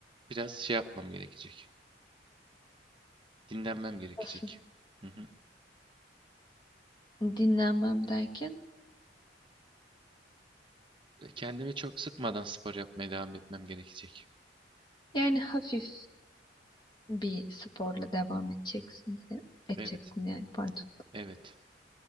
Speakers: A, on the right; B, on the left.
A: Biraz şey yapmam gerekecek. Dinlenmem gerekecek.
B: Nasıl?
A: Hı hı.
B: Dinlenmem derken
A: Kendime çok sıkmadan spor yapmaya devam etmem gerekecek.
B: yani hafif bir sporla devam edeceksiniz ya- edeceksin
A: Evet,
B: yani pardon.
A: evet.